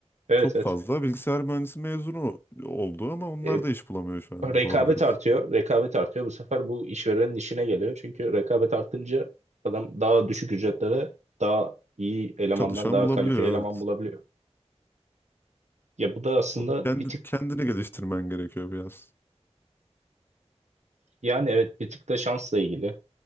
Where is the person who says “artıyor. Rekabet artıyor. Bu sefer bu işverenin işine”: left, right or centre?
Right